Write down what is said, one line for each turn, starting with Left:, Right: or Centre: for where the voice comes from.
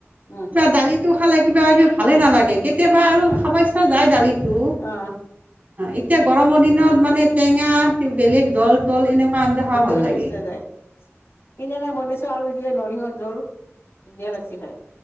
Left: উম
Right: কিবা দালিটো খালে কিবা কিবি ভালে নালাগে। কেতিয়াবা আৰু
Left: আহ
Right: খাব ইচ্ছা যায় দালিটো,
Left: অ'
Right: এতিয়া গৰমৰ দিনত মানে টেঙা কিবা বেলেগ জল
Left: হেৰি
Right: তল এনেকুৱা আঞ্জা ভাল
Left: কৰি
Right: লাগে
Left: খাব ইচ্ছা যায়, কিনে নাই বনিছে আলু ৰে নৰসিংহ জুল, ধুনীয়া লাগিছে খাই।